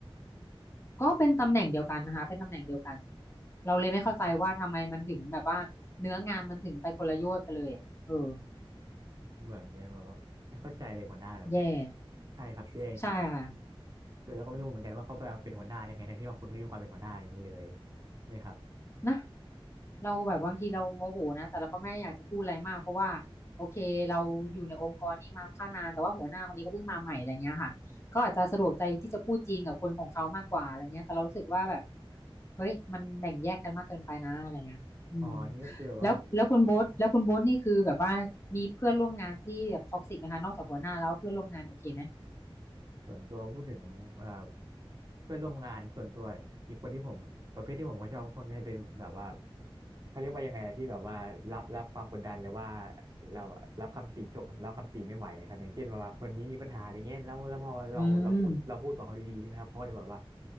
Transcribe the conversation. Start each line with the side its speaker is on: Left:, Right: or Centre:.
Left: ก็เป็นตำแหน่งเดียวกันนะคะเป็นตำแหน่งเดียวกันเราเลยไม่เข้าใจว่าทำไมมันถึงแบบว่าเนื้องานมันถึงไปคนละโยชน์กันเลยอะเออ
Right: แบบเนี้ยแบบว่าไม่เข้าใจเลยหัวหน้าแบบเนี้ย
Left: แย่
Right: ใช่ครับแย่จริง
Left: ใช่ค่ะ
Right: เลยแล้วก็ไม่รู้เหมือนกันว่าเขาไปเป็นหัวหน้าได้ไงทั้งที่ว่าคุณไม่มีความเป็นหัวหน้าอย่างนี้เลยใช่ไหมครับ
Left: นะ เราแบบบางทีเราโมโหนะแต่เราก็ไม่อยากจะพูดอะไรมากเพราะว่าโอเคเราอยู่ในองค์กรนี้มาค่อนข้างนานแต่ว่าหัวหน้าคนนี้ก็เพิ่งมาใหม่อะไรเงี้ยค่ะเขาอาจจะสะดวกใจที่จะพูดจีนกับคนของเขามากกว่าอะไรเงี้ยแต่เรารู้สึกว่าแบบเฮ้ยมันแบ่งแยกกันมากเกินไปนะอะไรเงี้ยอืม
Right: อ๋อนี่ก็คือว่า
Left: แล้วแล้วคุณโบ๊ทแล้วคุณโบ๊ทนี่คือแบบว่ามีเพื่อนร่วมงานที่แบบท็อกซิกไหมคะนอกจากหัวหน้าแล้วเพื่อนร่วมงานโอเคไหม
Right: ส่วนตัวพูดถึงเอ่อเพื่อนร่วมงานส่วนตัวอีกคนที่ผมประเภทที่ผมก็ชอบคนนี้เป็นแบบว่า เขาเรียกว่ายังไงนะที่แบบว่ารับรับความกดดันเลยว่าเรารับคำติชมรับคำติไม่ไหวครับอย่างเช่นว่าคนนี้มีปัญหาอะไรเงี้ยแล้วแล้วพอเราเราพูดเราพูดบอกเขาดีๆใช่ไหมครับเขาก็จะแบบว่า
Left: อืม